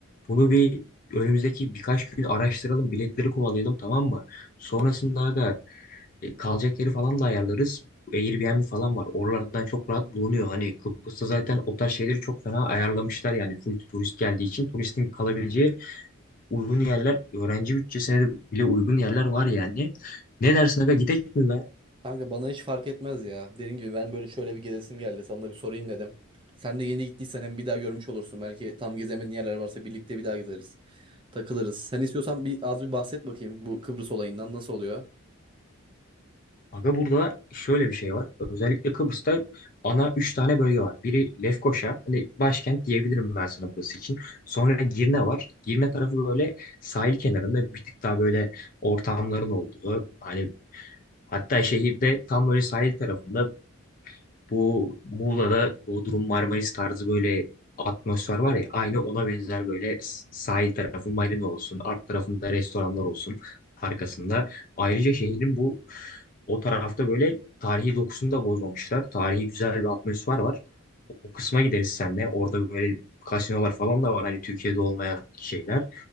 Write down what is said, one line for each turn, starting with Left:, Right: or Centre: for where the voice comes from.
Left: Bunu bir önümüzdeki birkaç gün araştıralım. Biletleri kovalayalım tamam mı? Sonrasında aga e, kalacak yeri falan da ayarlarız. Airbnb falan var. Oralardan çok rahat bulunuyor. Hani Kıbrıs'ta zaten o tarz şeyleri çok fena ayarlamışlar yani. Full turist geldiği için turistin kalabileceği uygun yerler, öğrenci bütçesine de bile uygun yerler var yani. Ne dersin aga gidek mi be?
Right: Kanka bana hiç fark etmez ya. Dediğim gibi ben böyle şöyle bir gezesim geldi. Sana da bir sorayım dedim. Sen de yeni gittiysen hem bir daha görmüş olursun. Belki tam gezemediğin yerler varsa birlikte bir daha gezeriz. Takılırız. Sen istiyorsan bir az bir bahset bakayım bu Kıbrıs olayından nasıl oluyor?
Left: Aga burada şöyle bir şey var. Özellikle Kıbrıs'ta ana 3 tane bölge var. Biri Lefkoşa, hani başkent diyebilirim ben sana burası için. Sonra Girne var. Girne tarafı böyle sahil kenarında bir tık daha böyle ortamların olduğu. Hani hatta şehirde tam böyle sahil tarafında Bu Muğla'da Bodrum Marmaris tarzı böyle atmosfer var ya aynı ona benzer böyle s- sahil tarafı marina olsun art tarafında restoranlar olsun arkasında. Ayrıca şehrin bu o tarafta böyle tarihi dokusunu da bozmamışlar. Tarihi güzel bir atmosfer var. O kısma gideriz senle. Orada böyle kasinolar falan da var. Hani Türkiye'de olmayan şeyler.